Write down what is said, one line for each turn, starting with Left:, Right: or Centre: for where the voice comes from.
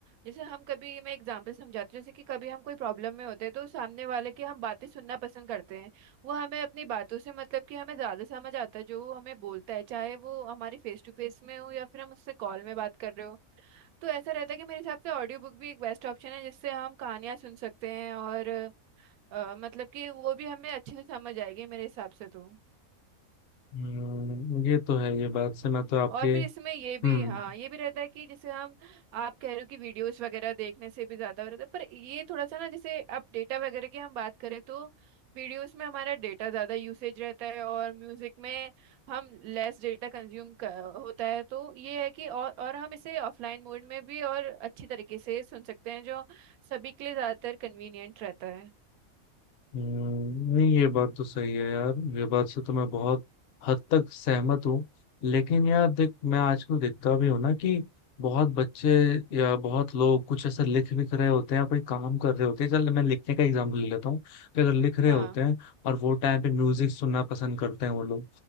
Right: जैसे हम कभी मैं एग्जांपल समझाती हूँ जैसे कि कभी हम कोई प्रॉब्लम में होते हैं तो सामने वाले की हम बातें सुनना पसंद करते हैं वो हमें अपनी बातों से मतलब कि हमें ज़्यादा समझ आता है जो वो हमें बोलता है चाहे वो हमारी फेस टू फेस में हो या फिर हम उससे कॉल में बात कर रहे हो तो ऐसा रहता है कि मेरे हिसाब से ऑडियो बुक भी एक बेस्ट ऑप्शन है जिससे हम कहानियाँ सुन सकते हैं और अ, मतलब कि वो भी हमें अच्छे से समझ आएगी मेरे हिसाब से तो
Left: हम्म, ये तो है ये बात से मैं तो आपके
Right: और फिर इसमें ये
Left: हम्म
Right: भी हाँ ये भी रहता है कि जैसे हम आप कह रहे हो कि वीडियोस वगैरह देखने से भी ज्यादा हो रहा था पर ये थोड़ा सा ना जैसे अब डेटा वगैरह की हम बात करें तो वीडियोस में हमारा डेटा ज्यादा यूसेज रहता है और म्यूजिक में हम लेस डेटा कंज्यूम होता है तो ये है कि और और हम इसे ऑफलाइन मोड में भी और अच्छी तरीके से सुन सकते हैं जो सभी के लिए ज्यादातर कन्वीनियंट रहता है
Left: हम्म, नहीं ये बात तो सही है यार ये बात से तो मैं बहुत हद तक सहमत हूँ लेकिन यार देख मैं आजकल देखता भी हूँ ना कि बहुत बच्चे या बहुत लोग कुछ ऐसा लिख विख रहे होते हैं या कोई काम कर रहे होते हैं चल मैं लिखने का एग्जांपल ले लेता हूँ कि अगर लिख रहे
Right: हाँ
Left: होते हैं और वो टाइम पे म्यूजिक सुनना पसंद करते हैं वो लोग